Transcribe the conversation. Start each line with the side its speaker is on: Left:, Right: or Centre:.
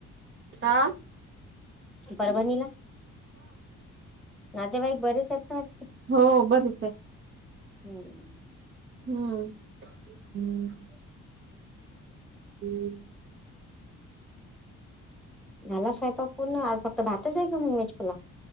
Right: हा
Centre: परभणीला नातेवाईक बरेच आहेत ना आप
Right: हो बरेच आहे.
Centre: हम्म
Right: हम्म. हम्म.
Centre: <inaudible>
Right: हम्म.
Centre: झाला स्वयंपाक पूर्ण आज फक्त भातच आहे का मग व्हेजपुलाव?